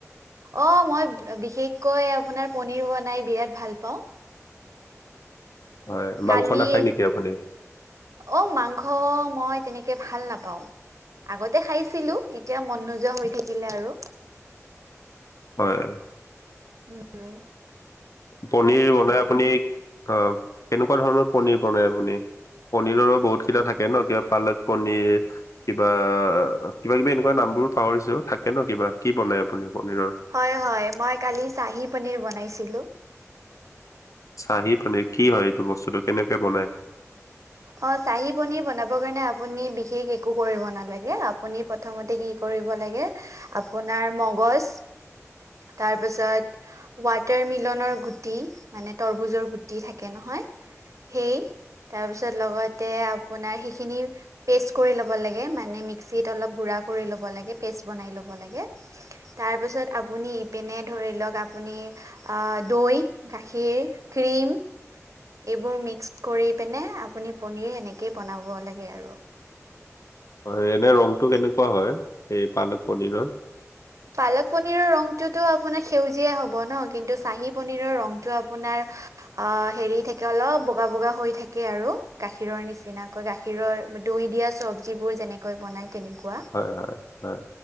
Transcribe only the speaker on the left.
হয়, মাংস
নাখায় নেকি আপুনি?
হয়।
পনিৰ বনাই আপুনি অ' কেনেকুৱা ধৰণৰ পনিৰ বনাই আপুনি? পনিৰৰো বহুত কেইটা থাকে ন কিবা পালক পনিৰ। কিবা কিবা কিবি এনেকুৱা নামবোৰ পাহৰিছো থাকে ন কিবা কি বনাই আপুনি পনিৰৰ?
চাহি পনীৰ কি হয় এইটো বস্তুটো কেনেকে বনাই?
হয়, এনে ৰংটো কেনেকুৱা হয় এই পালক পনীৰৰ?
হয়, হয়, হয়।